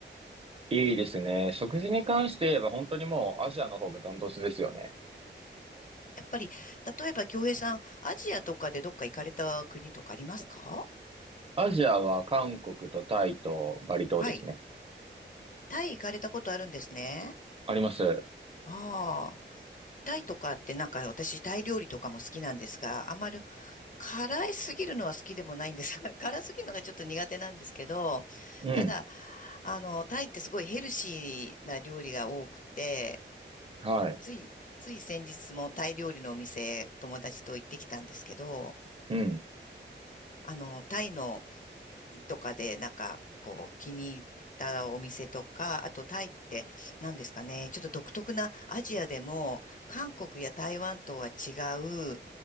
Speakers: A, on the right; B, on the left.
A: いいですね。食事に関して言えば本当にもうアジアの方がダントツですよね。
B: やっぱり、例えば、京平さん、アジアとかでどっか行かれた国とかありますか
A: アジアは韓国とタイとバリ島ですね。
B: はい。タイ行かれたことあるんですね。
A: あります。
B: ああ。タイとかってなんか私タイ料理とかも好きなんですが、あまり辛いすぎるのは好きでもないんです。<laughs> 辛すぎるのがちょっと苦手なんですけど、
A: うん。
B: ただ、あの、タイってすごいヘルシーな料理が多くて、
A: はい。
B: つい、つい先日もタイ料理のお店友達と行ってきたんですけど、
A: うん。
B: あの、タイのとかで、なんか、こう、気に入ったお店とか、あとタイって、何ですかね、ちょっと独特なアジアでも、韓国や台湾とは違う、